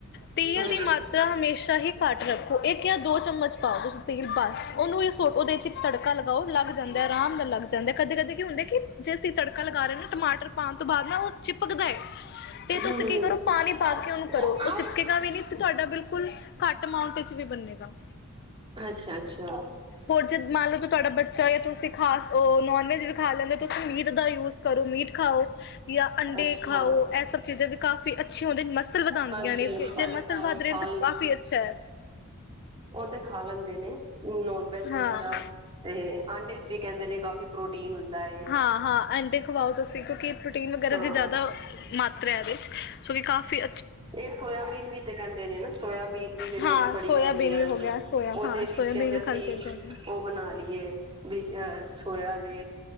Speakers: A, on the left (about 50°); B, on the right (about 25°).
A: ਤੇਲ
B: ਹਾਂਜੀ
A: ਦੀ ਮਾਤ ਤਾਂ ਹਮੇਸ਼ਾ ਹੀ ਘੱਟ ਰੱਖੋ। ਇੱਕ ਜਾਂਦੋ ਚਮਚ ਪਾਓ। ਤੁਸੀਂ ਤੇਲ ਬਸ ਉਹਨੂੰ ਇਹ ਸੂਟ ਉਹਦੇ ਤੇ ਤੜਕਾ ਲਗਾਓ ਲੱਗ ਜਾਂਦਾ ਆਰਾਮ ਨਾਲ ਲੱਗ ਜਾਂ ਜਾਂਦਾ ਕਦੇ-ਕਦੇ ਹੁੰਦੇ ਕਿ ਜੇ ਅਸੀਂ ਤੜਕਾ ਲਗਾ ਰੇ ਟਮਾਟਰ ਪਾਣ ਤੋਂ ਬਾਅਦ ਨਾ ਉਹ ਚਿਪਕਦਾ ਏ ਤੇ ਤੁਸੀਂ
B: ਹੂੰ
A: ਕੀ ਕਰੋ। ਪਾਣੀ ਪਾ
B: ਅੱਛਾ
A: ਕੇ ਉਹਨੂੰ ਕਰੋ ਉਹ ਛਿਪਕੇਗਾ ਵੀ ਨੀ ਤੇ ਤੁਹਾਡਾ ਬਿਲਕੁਲ ਘੱਟ ਅਮਾਊਂਟ ਚ ਵੀ ਬਨੇਗਾ।
B: ਅੱਛਾ-ਅੱਛਾ।
A: ਹੋਰ ਜਦ ਮੰਨ ਲਓ ਕਿ ਤੁਹਾਡਾ ਬੱਚਾ ਜਾਂ ਤੁਸੀਂ ਖਾਸ ਨੋਨ-ਵੈਜ ਵੀ ਖਾ ਲੈਂਦੇ ਹੋ। ਤੁਸੀਂ ਮੀਟ ਦਾ ਯੂਜ ਕਰੋ। ਮੀਟ ਖਾਓ ਜਾ ਅੰਡੇ
B: ਅੱਛਾ
A: ਖਾਓ ਐ ਸਭ ਚੀਜ਼ਾਂ ਵੀ ਕਾਫੀ ਅੱਛੀ ਆਉਂਦੇ ਮਸਲ ਵਧਾਂਦੀਆਂ
B: ਹਾਂਜੀ
A: ਨੇ
B: ਹਾਂਜੀ ਸਾਡੇ
A: ਜੇ ਮਸਲ
B: ਘਰ ਉਹ
A: ਵੱਧ ਰਹੇ
B: ਖਾ
A: ਤੇ ਕਾਫੀ ਅੱਛਾ।
B: ਓ ਤੇ ਖਾ ਲੈਂਦੇ ਨੇ ਨੋਨ-ਵੈਜ ਵਗੈਰਾ
A: ਹਾਂ
B: ਤੇ ਆਂਡੇ ਵਿੱਚ ਵੀ ਕਹਿੰਦੇ ਨੇ ਕਾਫੀ ਪ੍ਰੋਟੀਨ ਹੁੰਦਾ ਏ
A: ਹਾਂ ਹਾਂ ਅਂਡੇ ਖਵਾਓ ਤੁਸੀਂ, ਕਿਉਂਕਿ ਪ੍ਰੋਟੀਨ ਵਗੈਰਾ
B: ਹਾਂ
A: ਦੀ ਜ਼ਿਆਦਾ ਮਾਤਰਾ ਇਹਦੇ ਚ, ਸੋ ਕਿ ਕਾਫੀ
B: ਇਹ ਸੋਇਆਬੀਨ ਵੀ ਤੇ ਕਹਿੰਦੇ ਨੇ ਨਾ, ਸੋਇਆਬੀਨ ਦੀ ਜਿਹੜੀਆਂ
A: ਹਾਂ
B: ਬੜੀਆਂ
A: ਸੋਇਆਬੀਨ
B: ਹੁੰਦੀਆਂ
A: ਵੀ
B: ਨੇ
A: ਹੋ ਗਿਆ ਸੋਇਆ
B: ਉਹਦੇ
A: ਹਾਂ
B: ਲਈ
A: ਸੋਇਆਬੀਨ
B: ਕਹਿੰਦੇ
A: ਵੀ
B: ਅਸੀਂ
A: ਖਾਣੀ ਚਾਹੀਦੀ ਤੁਹਾਨੂੰ
B: ਉਹ ਬਣਾ ਲਈਏ, ਬੀ ਅਹ ਸੋਇਆ ਦੇ,